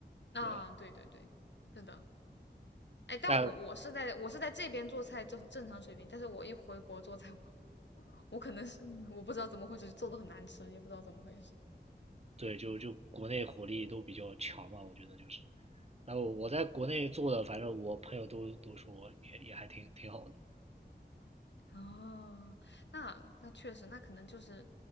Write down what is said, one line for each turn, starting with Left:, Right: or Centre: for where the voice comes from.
Left: 啊，
Right: 对，
Left: 对对对，是的。哎，但我我是在我是在这边做菜就是正常水平，
Right: 但
Left: 但是我一回国做菜 <laughs>，我可能是我不知道怎么回事，做的很难吃，也不知道怎么回事。
Right: 对就就国内火力都比较强嘛，我觉得就是。然后我在国内做的，反正我朋友都都说也也还挺挺好的。
Left: 哦，那那确实，那可能就是